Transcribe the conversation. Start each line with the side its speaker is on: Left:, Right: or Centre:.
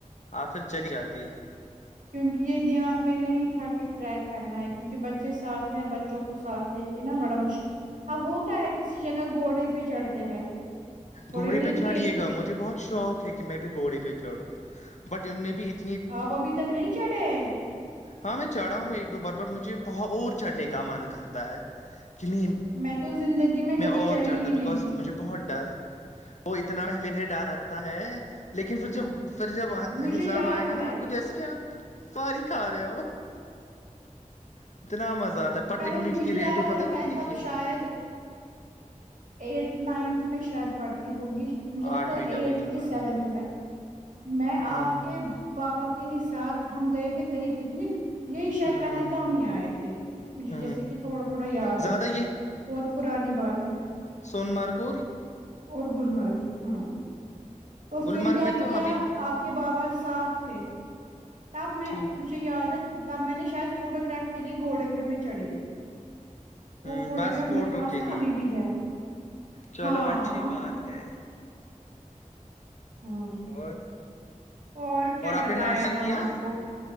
Left: آپ پھر چلی جاتی
Right: کیوں کہ یہ دیہان میں نہیں تھا۔ کیونکہ بچے ساتھ ہیں بچوں کو ساتھ لے کے نا بڑا مشکل اب ہوتا ہے کسی جگہ گھوڑے پہ چڑھتے ہیں۔
Left: گھوڑے
Right: لے
Left: پر چڑھیے
Right: کے
Left: گا مجھے بہت شوق ہے کہ میں بھی گھوڑے پر چڑھو۔ <unintelligible>
Right: آپ ابھی تک نہیں چڑھے ہیں؟
Left: ہاں میں چڑھا ہوں ایک دو بار پر مجھے۔ اور چھڑنے کا من کرتا ہے۔ <unintelligible>
Right: <unintelligible>
Left: کہ نہیں
Right: زندگی میں کبھی
Left: اور
Right: چڑھی
Left: چڑھتا
Right: ہی نہیں۔
Left: بیکاز <unintelligible> پھر جب
Right: مجھے
Left: حساب
Right: یاد
Left: اے گا نہ
Right: ہے
Left: اپکو۔ ساری کھا رہے ہو اتنا مزہ آتا ہے بٹ
Right: پہلی
Left: انہوں نے
Right: مجھے
Left: اس کی ریٹ
Right: یاد
Left: پت
Right: ہے میں
Left: کتنی
Right: تب
Left: کی ہے
Right: شاید ایٹھ نائنتھ میں شاید پڑتی ہوں ہ گی مجھے لگتا
Left: آٹھویں
Right: ہے
Left: نویں
Right: ایٹتھ
Left: جماعت
Right: کی سیونتھ میں میں
Left: ہ
Right: آپ کے بابا کے کے ہی ساتھ ہم گئے تھے کہیں پکنک یہ شاید
Left: ہ
Right: پہلگام ہی آت مجھے
Left: ہ
Right: جیسے کہ تھوڑا تھوڑا یاد
Left: زیادہ
Right: ہے بہت پرانی بات ہے
Left: سونمارگ
Right: اور گلمرگ ہ تو
Left: گلمرگ
Right: پھر کیا
Left: میں تو
Right: کیا
Left: ابھی
Right: آپ کے بابا سات تھے تب میں
Left: ٹھیک
Right: مجھے یادت تب میں نے شاید فوٹو گراف کے لیے گھوڑے پہ میں چڑھی ہوں وہ
Left: ہ بس
Right: گراف
Left: فوٹو
Right: میرے پاس
Left: کے
Right: نا
Left: لیے
Right: ابھی بھی ہے
Left: چلو
Right: ہاں
Left: اچھی بات ہے
Right: ہوں
Left: اور
Right: اور کیا
Left: آپ
Right: بتائے
Left: نے ناشتہ
Right: ہم
Left: کیا
Right: آپ کو